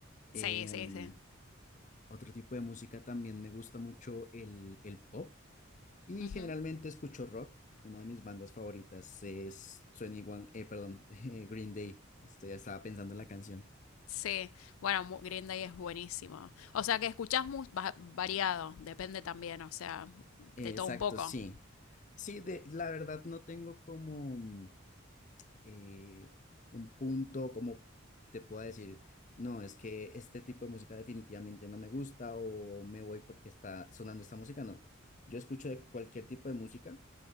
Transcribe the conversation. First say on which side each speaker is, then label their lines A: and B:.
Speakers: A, on the left; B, on the left.
A: Em,
B: sí, sí, sí.
A: otro tipo de música también me gusta mucho el, el pop y
B: Ujú.
A: generalmente escucho rock. Una de mis bandas favoritas es 21, eh, perdón, <laughs> eh, Green Day. Estoy, estaba pensando en la canción.
B: Sí, bueno, mu- Green Day es buenísimo. O sea que escuchás mu- va- variado, depende también, o sea, de
A: Eh,
B: todo
A: exacto,
B: un poco.
A: sí. Sí, de, la verdad no tengo como mm, eh, un punto, como te pueda decir, no, es que este tipo de música definitivamente no me gusta o me voy porque está sonando esta música. No, yo escucho de cualquier tipo de música